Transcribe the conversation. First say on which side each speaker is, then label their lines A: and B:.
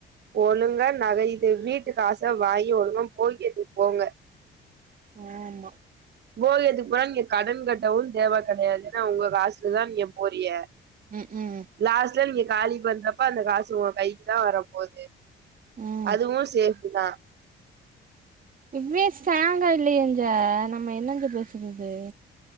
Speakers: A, on the right; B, on the right.
A: ஒழுங்கா நகை இது வீட்டு காச வாங்கி ஒழுங்கா போகியத்துக்கு போங்க
B: ஆமா
A: போகியத்துக்கு போனா நீங்க கடன் கட்டவு தேவ கெடையாது ஏன்னா ஒங்க காசுலதா நீங்க போறிய
B: ம் ம்
A: லாஸ்ட்ல நீங்க காலி பண்றப்ப அந்த காசு உங்க கைக்குதா வர போது
B: ம்
A: அதுவு சேஃப்டிதா
B: இவே ஸ்ராங்கா இல்லையங்க நம்ம என்னங்க பேசுறது